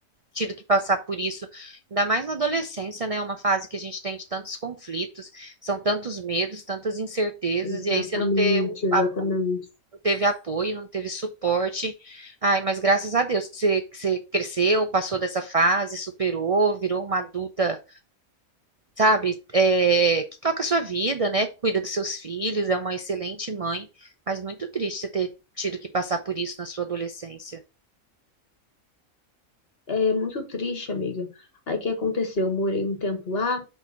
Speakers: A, on the right; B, on the left.
A: tido que passar por isso, ainda mais na adolescência, né? Uma fase que a gente tem de tantos conflitos, são tantos medos, tantas incertezas,
B: Exatamente,
A: e aí você não ter- um
B: exatamente.
A: a- não teve apoio, não teve suporte. Ai, mas graças a Deus que você, que você cresceu, passou dessa fase, superou, virou uma adulta sabe, é, que toca a sua vida, né? Cuida dos seus filhos, é uma excelente mãe, mas muito triste você ter tido que passar por isso na sua adolescência.
B: É muito triste, amiga. Aí o que aconteceu? Eu morei um tempo lá,